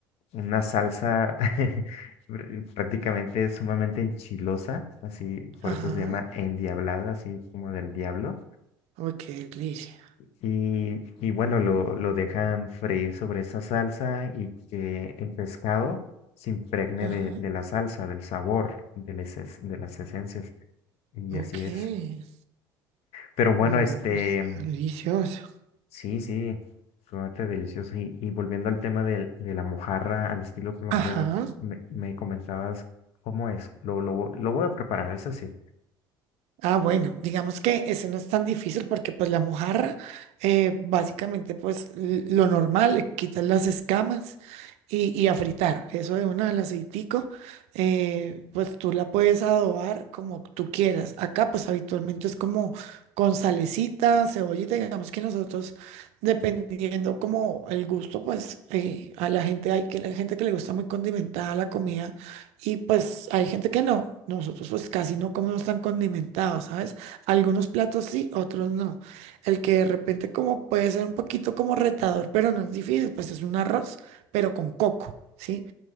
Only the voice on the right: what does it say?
Ajá,
ok, qué delicia.
Ajá,
ok.
No,
pues qué delicioso.
Ajá.
Ah, bueno, digamos que ese no es tan difícil porque pues la mojarra, eh, básicamente pues l- lo normal, le quitas las escamas y, y a fritar. Eso de una al aceitico, eh, pues tú la puedes adobar como tú quieras. Acá pues habitualmente es como con salecita, cebollita, digamos que nosotros dependiendo como el gusto pues eh, a la gente, hay que la gente que le gusta muy condimentada la comida Y pues hay gente que no. Nosotros pues casi no comemos tan condimentado, ¿sabes? Algunos platos sí, otros no. El que de repente como puede ser un poquito como retador, pero no es difícil, pues es un arroz, pero con coco, ¿sí?